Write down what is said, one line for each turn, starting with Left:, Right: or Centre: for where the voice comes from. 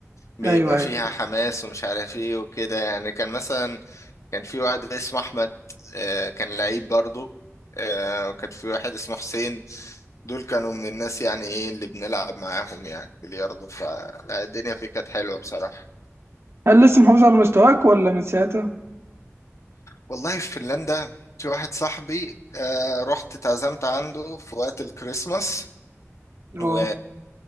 Left: بيبقى
Right: ايوه ايوه
Left: فيها حماس ومش عارف ايه وكده يعني كان مثلا كان في واحد اسمه احمد آه، كان لعيب برضو آه، وكان في واحد اسمه حسين دول كانوا من الناس يعني ايه اللي بنلعب معاهم يعني بلياردو فلا الدنيا فيه كانت حلوة بصراحة
Right: هل لسه محافظ على مستواك ولا من ساعتها؟
Left: والله في فنلندا في واحد صاحبي آه، رحت اتعزمت عنده في وقت الكريسماس
Right: اه
Left: و...